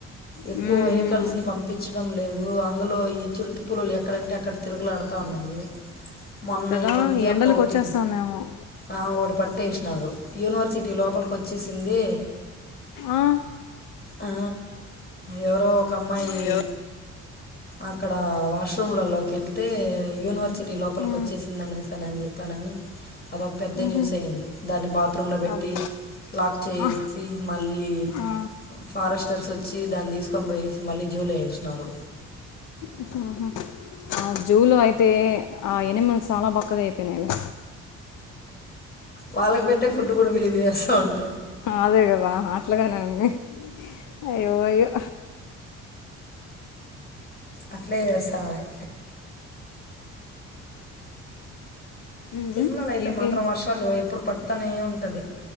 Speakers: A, on the left (about 30°); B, on the left (about 90°).
A: ఎక్కువ
B: హ్మ్.
A: వెహికల్స్
B: హ్మ్.
A: ని పంపించడం లేదు అందులో ఈ చిరుత పులులు ఎక్కడంటే అక్కడ తిరుగులడతూ ఉన్నాయి మొన్న
B: కదా!
A: ఈ మధ్య
B: ఎండలకొచ్చేస్తాందేమో.
A: ఒకటి ఆ ఒకటి పట్టి ఏశినారు యూనివర్సిటీ లోపలికి వచ్చేసింది
B: ఆహ్
A: ఆ ఎవరో ఒక అమ్మాయి
B: అయ్యో
A: అక్కడ వాష్ రూమ్లలోకి వెళ్తే యూనివర్సిటీ లోపలికి
B: ఉమ్,
A: వచ్చేసిందనేసానునని జేప్పానని అదొక్ పెద్ద
B: ఉహు,
A: న్యూస్ అయ్యింద్ దాన్ని బాత్రూమ్లో పెట్టి
B: అబ్-
A: లాక్ చేసి
B: ఆ,
A: మళ్ళీ
B: ఆ,
A: ఫారెస్టర్స్ వచ్చి దాన్ని తీసుకొని పోయేసి మళ్ళీ జూలో వేసినారు
B: ఉహు ఆ జూలో అయితే ఆ ఎయానిమల్ చాలా బక్కగయిపోయినైలే
A: వాళ్ళక్ వేట్టే ఫుడ్ కూడా విలు తినేస్తా ఉంట్
B: అదే కదా అట్లాగానే ఉంది అయోఅయో
A: అట్లే చేస్తన్నాయి
B: ఉమ్,
A: తిరుమలలు
B: ఉమ్,
A: అయితే
B: ఏ-
A: మాత్రం వర్షాలు ఎప్పుడు పడుతానే ఉంటది